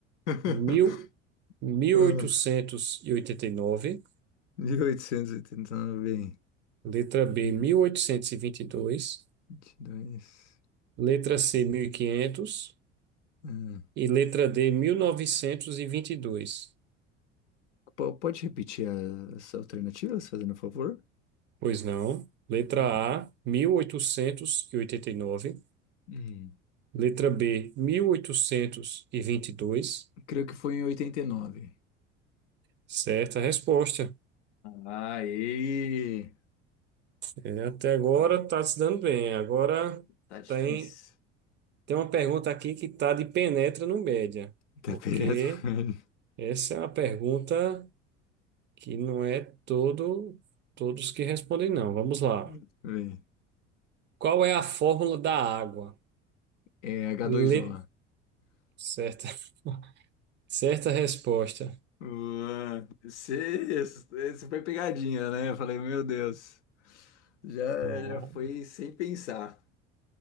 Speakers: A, on the left; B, on the right.
A: <laughs>
B: mil- mil
A: Ah.
B: oitocentos e e oitenta e nove.
A: 1889,
B: Letra B,
A: Hum.
B: mil oitocentos e e vinte e dois.
A: 22.
B: Letra C, mil E quinhentos.
A: Ah,
B: E letra D, mil novecentos e e vinte e dois.
A: po- pode repetir a- as alternativas, fazendo favor?
B: Pois não. Letra
A: Hum.
B: A, mil oitocentos e e oitenta e nove.
A: Hum.
B: Letra B, mil oitocentos e e vinte e dois.
A: Creio que foi em 89.
B: Certa resposta.
A: Aê!
B: É, até agora está se dando bem. Agora.
A: Tá difícil.
B: tem Tem uma pergunta aqui que tá de penetra no média,
A: Tá
B: porque
A: perto, velho.
B: essa é uma pergunta que não é todo todos que respondem não. Vamos lá.
A: <laughs>
B: Qual é a fórmula da água?
A: É h
B: Le...
A: dois o
B: Certa, <laughs> certa resposta.
A: Ué, Você você foi pegadinha, né? Eu falei, meu Deus. Já,
B: Ah,
A: já foi sem pensar.